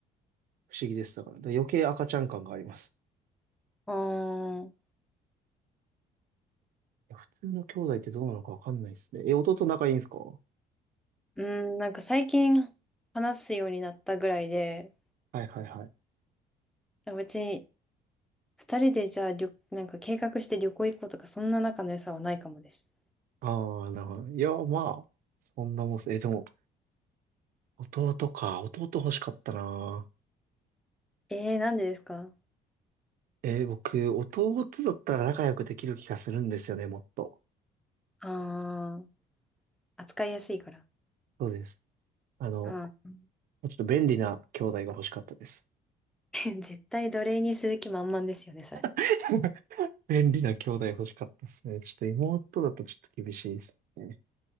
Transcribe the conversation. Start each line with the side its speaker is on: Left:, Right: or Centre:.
Right: 不思議です。だから、だから余計赤ちゃん感があります。
Centre: あー。
Right: いや普通の兄弟ってどうなのかわかんないですね。え、弟仲いいんですかは
Centre: うん、なんか最近話すようになったぐらいで、
Right: いはいはい。
Centre: 別に二人でじゃあ旅、なんか計画して旅行行こうとか、そんな仲の良さはないかもです。
Right: ああ、なるほど。いや、まあ、そんなもんっす。え、でも、弟か。弟欲しかったな。
Centre: えー、なんでですか
Right: えー僕、弟だったら仲良くできる気がするんですよね、もっと。
Centre: あー、扱いやすいから。
Right: そうです。あの、
Centre: あ
Right: ちょっと便利な兄弟が欲しかったです。
Centre: ー <laughs> 絶対奴隷にする気満々ですよね、それ。
Right: <laughs> 便利な兄弟欲しかったですね。ちょっと妹だとちょっと厳しいですね。